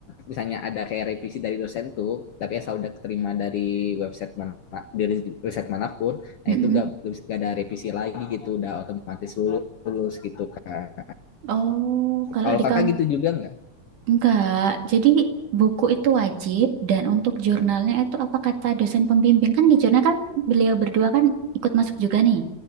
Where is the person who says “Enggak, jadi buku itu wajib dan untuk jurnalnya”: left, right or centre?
Right